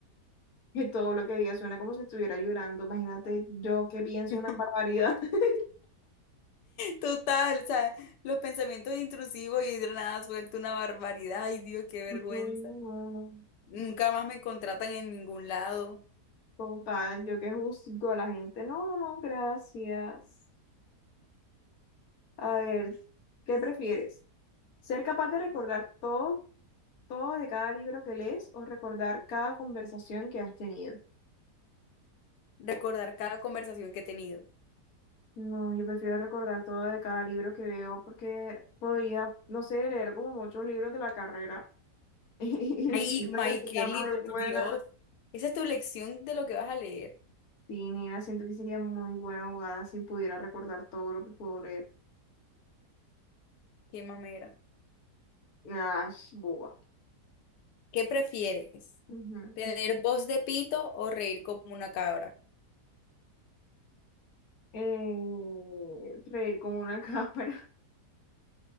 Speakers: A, on the left; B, on the left.
A: Que todo lo que digas suena como si estuviera llorando. Imagínate yo que pienso
B: <laughs>
A: una barbaridad. <laughs>
B: Total, o sea, los pensamientos intrusivos y de nada suelto una barbaridad. Ay, Dios, qué vergüenza.
A: No, no, no,
B: Nunca
A: no.
B: más me contratan en ningún lado.
A: Total, yo que juzgo a la gente. No, no, no, gracias. A ver, ¿qué prefieres? ¿Ser capaz de recordar todo, todo de cada libro que lees o recordar cada conversación que has tenido?
B: Recordar cada conversación que he tenido.
A: No, yo prefiero recordar todo de cada libro que veo porque podría, no sé, leer como muchos libros de la carrera <laughs> y
B: Ay,
A: siento
B: Mike
A: que sería
B: Kelly,
A: muy
B: por
A: buena.
B: Dios. Esa es tu lección de lo que vas a leer.
A: Sí, nena, siento que sería muy buena jugada si pudiera recordar todo lo que puedo leer.
B: Qué mamera.
A: Ash, boba.
B: ¿Qué prefieres?
A: Ujú.
B: ¿Tener voz de pito o reír como una cabra?
A: Eh, reír como una cabra, <laughs>